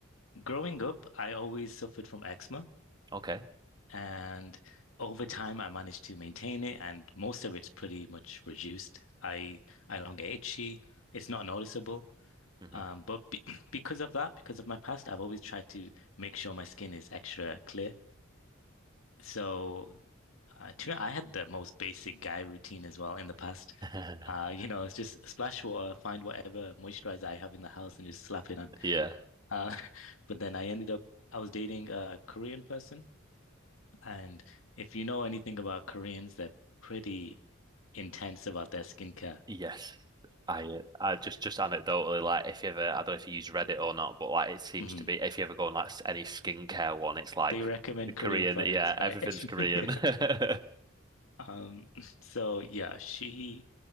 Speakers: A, on the left; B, on the right.
A: growing up, I always suffered from eczema.
B: okay.
A: And over time, I managed to maintain it, and most of it's pretty much reduced. I I don't get itchy. It's not noticeable.
B: hmm
A: Um, but be <clears throat> because of that, because of my past, I've always tried to make sure my skin is extra clear. So uh, to, I had the most basic guy routine as well in the past.
B: <laughs>
A: Uh, you know, it's just splash water, find whatever moisturizer I have in the house, and just slap it on.
B: Yeah.
A: Uh, <laughs> but then I ended up, I was dating a Korean person. And if you know anything about Koreans, they're pretty intense about their skincare.
B: Yes.
A: <laughs>
B: I uh, I just just anecdotally like if you ever I don't know if you use Reddit or not, but like it seems
A: Mhm.
B: to be if you ever go on like s- any skincare one, it's like
A: They recommend
B: the Korean,
A: Korean products,
B: yeah, everything's
A: right?
B: Korean.
A: <laughs> Yeah.
B: <laughs>
A: Um, so yeah, she